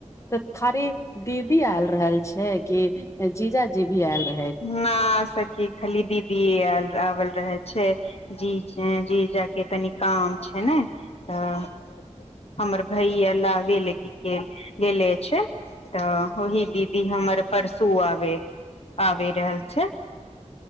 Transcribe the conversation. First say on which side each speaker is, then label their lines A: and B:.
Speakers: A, on the left; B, on the left.
A: त खाली दीदी आयल रहल छै कि जीजाजी भी आयल रह
B: न सखी खली दीदि‌य आबल रहे छै जी जी जायके तनी काम छै ने तऽ हमर भइया लाबैहे ल गेल लेे छै तऽ ओही दीदी हमर परसू आबे आबि रहल छैय